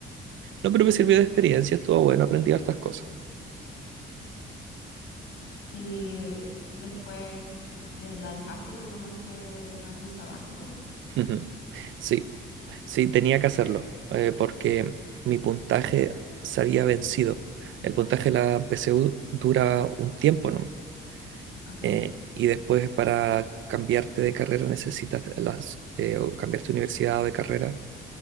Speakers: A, on the right; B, on the left.
A: No, pero me sirvió de experiencia, estuvo bueno, aprendí hartas cosas.
B: Y después de, la dejaste y te tomaste un año sabático.
A: Ujú. Sí, sí, tenía que hacerlo, eh, porque mi puntaje se había vencido. El puntaje de la PSU dura un tiempo nomás.
B: Ok.
A: eh, y después para cambiarte de carrera necesitas las, eh, o cambiarte de universidad o de carrera.